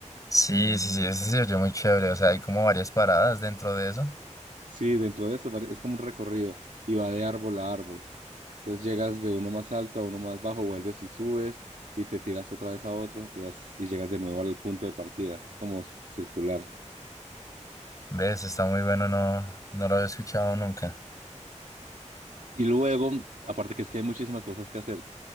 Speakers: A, on the left (about 25°); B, on the right (about 90°).
A: Sí, sí, sí, ese se oyó muy chévere, o sea, hay como varias paradas dentro de eso.
B: Sí, dentro de eso vari- es como un recorrido y va de árbol a árbol. Entonces llegas de uno más alto a uno más bajo, vuelves y subes y te tiras otra vez a otro y vas y llegas de nuevo al punto de partida. Es como s- circular.
A: ¿Ves? Está muy bueno, no, no lo había escuchado nunca.
B: Y luego, aparte que es que hay muchísimas cosas que hacer.